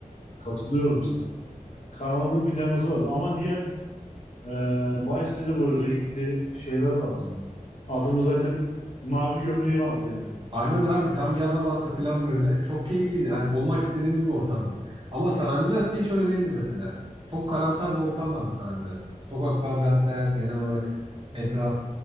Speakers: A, on the left; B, on the right.
A: Katılıyorum sana. Karanlık bir teması vardı. Ama diğer e, Vice City'de böyle renkli şeyler vardı yani. Adamı zaten mavi gömleği vardı yani.
B: Aynen abi tam yaz havası falan böyle. Çok keyifliydi. Hani olmak istediğimiz bir ortamdı. Ama San Andreas'ta hiç öyle değildi mesela. Çok karamsar bir ortam vardı San Andreas'ta. Sokaklar, caddeler, genel olarak etraf,